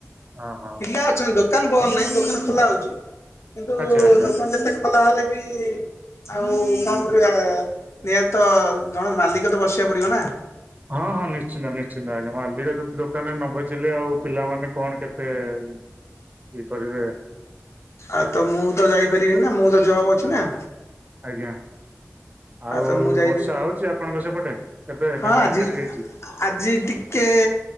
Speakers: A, on the right; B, on the left.
A: ହଁ ହଁ
B: ପିଲା ଅଛନ୍ତି ଦୋକାନ ବନ୍ଦ ନାହିଁ, ଦୋକାନ ଖୋଲା ହଉଛି। କିନ୍ତୁ
A: ଆଚ୍ଛା ଆଚ୍ଛା।
B: ଦୋକାନ ଯେତେ ଖୋଲା ହେଲେ ବି ଆଉ କଣ କରିବା, ନିହାତି ତ ଜଣେ ମାଲିକ ବସିବାକୁ ପଡିବ ନା।
A: ହଁ- ହଁ ନିଶ୍ଚିନ୍ତ ନିଶ୍ଚିନ୍ତ ଆଜ୍ଞା, ମାଲିକ ଯଦି ଦୋକାନ ନ ବସିଲେ ଆଉ ପିଲାମାନେ କଣ କେତେ କି କରିବେ।
B: ଆଉ ତ ମୁଁ ତ ଯାଇପାରିବିନି ନା, ମୁଁ ତ ଜବ ଅଛି ନା।
A: ଆଜ୍ଞା। ଆଉ
B: ତ ମୁଁ ଯାଇପାରିବି
A: ବର୍ଷା ହଉଛି ଆପଣଙ୍କ ସେପଟେ, ଏବେ
B: ହଁ
A: ନା ନାଇଁ
B: ଆଜି
A: ଛାଡି ଯାଇଚି?
B: ଆଜି ଟିକେ